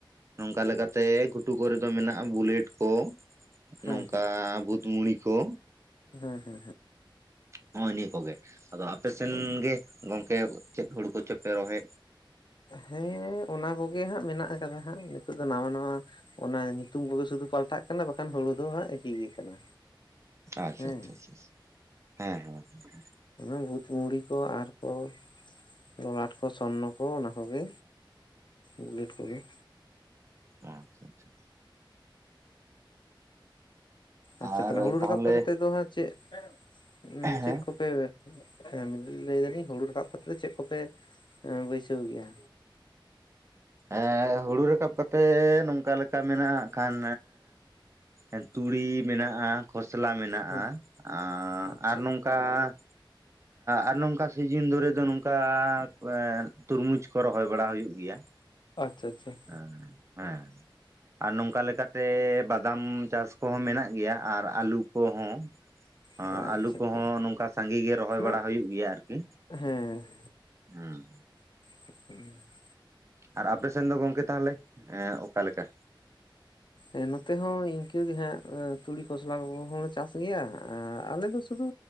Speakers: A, on the right; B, on the left.
A: ᱱᱚᱝᱠᱟ ᱞᱮᱠᱟᱛᱮ ᱜᱷᱩᱴᱩ ᱠᱚᱨᱮ ᱫᱚ ᱢᱮᱱᱟᱜᱼᱟ ᱵᱩᱞᱮᱴ ᱠᱚ᱾
B: ᱦᱮᱸ
A: ᱱᱚᱝᱠᱟ ᱵᱷᱩᱛ ᱢᱩᱲᱤ ᱠᱚ᱾
B: ᱦᱮᱸ ᱦᱮᱸ ᱦᱮᱸ᱾
A: ᱱᱚᱜᱚᱭ ᱱᱤᱭᱟᱹ ᱠᱚᱜᱮ ᱟᱫᱚ ᱟᱯᱮᱥᱮᱱ
B: ᱦᱮᱸ
A: ᱜᱮ ᱜᱚᱝᱠᱮ ᱪᱮᱫ ᱦᱩᱲᱤ ᱠᱚᱪᱚ? ᱯᱮ ᱨᱚᱦᱚᱭᱮ᱾
B: ᱦᱮᱸ ᱚᱱᱟ ᱠᱚᱜᱮ ᱦᱟᱸᱜ ᱢᱮᱱᱟᱜ ᱟᱠᱟᱫᱟ ᱦᱟᱸᱜ ᱱᱤᱛᱳᱜ ᱫᱚ ᱱᱟᱣᱟ ᱱᱟᱣᱟ ᱚᱱᱟ ᱧᱩᱛᱩᱢ ᱠᱚᱜᱮ ᱥᱩᱫᱷᱩ ᱯᱟᱞᱴᱟᱜ ᱠᱟᱱᱟ ᱵᱟᱠᱷᱟᱱ ᱦᱩᱲᱩ ᱫᱚ ᱦᱟᱸᱜ ᱮᱠᱤᱭ ᱜᱮ ᱠᱟᱱᱟ᱾
A: ᱟᱪᱪᱷᱟ
B: ᱦᱮᱸ
A: ᱟᱪᱪᱷᱟ ᱦᱮᱸ ᱦᱮᱸ ᱦᱮᱸ᱾
B: ᱚᱱᱟ ᱵᱩᱛᱢᱩᱲᱤ ᱠᱚ ᱟᱨ ᱠᱚ ᱞᱚᱞᱟᱴ ᱠᱚ ᱥᱚᱨᱱᱚ ᱠᱚ ᱚᱱᱟ ᱠᱚᱜᱮ ᱵᱩᱞᱮᱴ ᱠᱚᱜᱮ,
A: ᱟᱪᱪᱷᱟ ᱟᱪᱪᱷᱟ᱾
B: ᱟᱪᱪᱷᱟ
A: ᱟᱨ
B: ᱛᱟᱦᱞᱮ ᱦᱩᱲᱩ
A: ᱛᱟᱦᱚᱞᱮ
B: ᱨᱟᱠᱟᱵ ᱠᱚᱨᱛᱮ ᱫᱚ ᱦᱟᱸᱜ ᱪᱮᱫ <inaudible>
A: ᱦᱮᱸ
B: ᱪᱮᱫ ᱠᱚᱯᱮ ᱯᱷᱮᱢ ᱞᱟᱹᱭ ᱫᱟᱞᱤᱧ ᱦᱩᱲᱩ ᱨᱟᱠᱟᱵ ᱠᱟᱛᱮ ᱫᱚ ᱪᱮᱫ ᱠᱚᱯᱮ ᱵᱟᱹᱭᱥᱟᱹᱣ ᱜᱮᱭᱟ?
A: ᱮ ᱦᱩᱲᱩ ᱨᱟᱠᱟᱵ ᱠᱟᱛᱮ ᱱᱚᱝᱠᱟ ᱞᱮᱠᱟ ᱢᱮᱱᱟᱜᱼᱟ ᱦᱟᱸᱜ ᱠᱷᱟᱱ ᱮᱸᱻ ᱛᱩᱲᱤ ᱢᱮᱱᱟᱜᱼᱟ, ᱠᱷᱚᱥᱞᱟ ᱢᱮᱱᱟᱜᱼᱟ,
B: ᱦᱮᱸ
A: ᱟᱻ
B: ᱟᱪᱪᱷᱟ
A: ᱟᱨ ᱱᱚᱝᱠᱟ ᱠᱟᱻ ᱟᱨ ᱱᱚᱝᱠᱟ ᱥᱤᱡᱤᱱ ᱫᱷᱚᱨᱮ ᱫᱚ ᱱᱚᱝᱠᱟ ᱟᱻ ᱮᱻ ᱛᱩᱨᱢᱩᱡᱽ ᱠᱚ ᱨᱚᱦᱚᱭ ᱵᱟᱲᱟ ᱦᱩᱭᱩᱜ ᱜᱮᱭᱟ ᱾
B: ᱟᱪᱪᱷᱟ ᱟᱪᱪᱷᱟ ᱾
A: ᱦᱚᱸ ᱦᱮᱸ ᱟᱨ ᱱᱚᱝᱠᱟ ᱞᱮᱠᱟ ᱛᱮᱻ ᱵᱟᱫᱟᱢ ᱪᱟᱥ ᱠᱚᱦᱚᱸ ᱢᱮᱱᱟᱜ ᱜᱮᱭᱟ ᱟᱨ ᱟᱞᱩ ᱠᱚᱦᱚᱸ ᱟᱸᱻ
B: ᱟᱪᱪᱷᱟ
A: ᱟᱹᱞᱩ ᱠᱚᱦᱚᱸ
B: ᱟᱪᱪᱷᱟ
A: ᱱᱚᱝᱠᱟ ᱥᱟᱸᱜᱮ ᱜᱮ ᱨᱚᱦᱚᱭ
B: ᱢᱟ
A: ᱵᱟᱲᱟ ᱦᱩᱭᱩᱜ ᱜᱮᱭᱟ ᱟᱨᱠᱤ
B: ᱦᱮᱸ
A: ᱦᱩᱸ᱾
B: <unintelligible>
A: ᱟᱨ ᱟᱯᱮ ᱥᱮᱱ ᱫᱚ ᱜᱚᱢᱠᱮ ᱛᱟᱦᱚᱞᱮ ᱚᱠᱟ ᱞᱮᱠᱟ?
B: ᱮᱸ ᱱᱚᱛᱮ ᱦᱚᱸ ᱤᱱᱠᱟᱹᱜᱮ ᱦᱟᱸᱜ ᱛᱩᱲᱤ ᱠᱷᱚᱥᱞᱟ ᱠᱚᱦᱚᱸᱞᱮ ᱪᱟᱥ ᱜᱮᱭᱟ, ᱟᱨ ᱟᱞᱮ ᱫᱚ ᱥᱩᱫᱩ